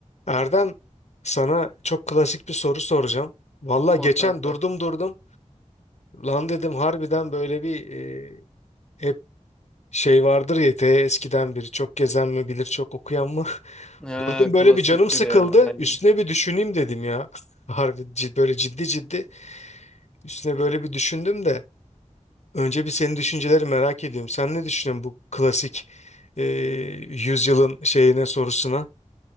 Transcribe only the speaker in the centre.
Sor kanka.
Ha,
klasiktir
ya. Aynen.